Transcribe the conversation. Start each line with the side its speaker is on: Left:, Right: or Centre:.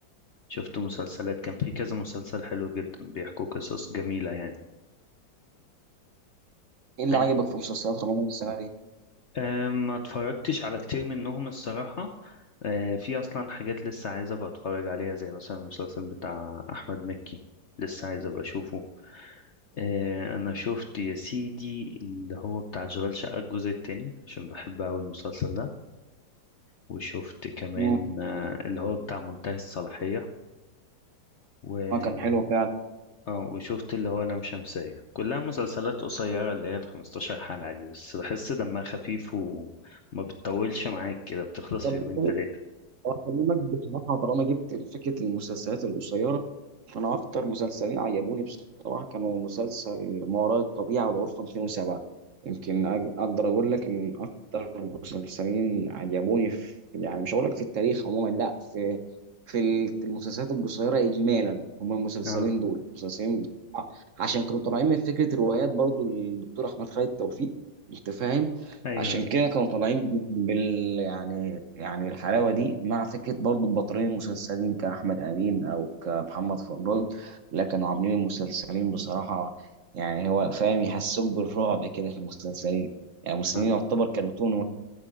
Left: شفت مسلسلات كان في كذا مسلسل حلو جدا بيحكوا قصص جميلة يعني
Right: إيه اللي
Left: انت
Right: عجبك في مسلسلات رمضان السنة دي؟
Left: آه، ما اتفرجتش على كتير منهم الصراحة آه، في اصلا حاجات لسه عايز ابقى اتفرج عليها زي مثلا المسلسل بتاع احمد مكي لسه عايز ابقى اشوفه آه، انا شفت يا سيدي اللي هو بتاع اشغال شقة الجزء التاني عشان بحب اوي المسلسل ده وشفت كمان
Right: اه
Left: آه، اللي هو بتاع منتهي الصلاحية و...
Right: كان حلو فعلا
Left: اه وشفت اللي هو لام شمسية كلها مسلسلات قصيرة اللي هي ال 15 حلقة دي بس بحس دمها خفيف وما بتطولش معاك كده بتخلص
Right: طب
Left: في يومين تلاتة
Right: أكلمك بصراحة طالما جبت فكرة المسلسلات القصيرة فأنا أكتر مسلسلين عجبوني بصراحة كانوا مسلسل ما وراء الطبيعة والغرفة 207 يمكن أج- أقدر أقول لك إن أكتر مسلسلين عجبوني في يعني مش هقول لك في التاريخ عموما لا في في ال- في المسلسلات القصيرة إجمالا هم المسلسلين
Left: اه
Right: دول مسلسلين بصراحة عشان كانوا طالعين من فكرة روايات برضو للدكتور أحمد خالد توفيق أنت فاهم
Left: ايوه
Right: عشان
Left: ايوه
Right: كده كانوا طالعين بال بال- يعني يعني الحلاوة دي مع فكرة برضو البطلين المسلسلين كأحمد أمين أو كمحمد فضل لكن عاملين المسلسلين بصراحة يعني هو فاهم يحسوك بالرعب كده في المسلسلين يعني المسلسلين
Left: آه.
Right: يعتبر كرتون واحد